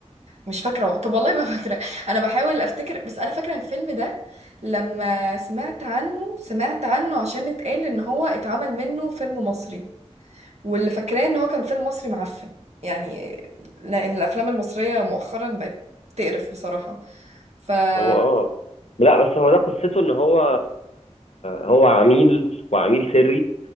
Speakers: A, on the right; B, on the left.
A: مش فاكرة طب والله ما فاكرة أنا بحاول أفتكر بس أنا فاكرة الفيلم ده لما سمعت عنه سمعت عنه عشان اتقال إن هو اتعمل منه فيلم مصري واللي فاكراه إن هو كان فيلم مصري معفن يعني لأن الأفلام المصرية مؤخرا بقت تقرف بصراحة ف آه
B: هو اه لا بس هو ده قصته ان هو هو عميل وعميل سري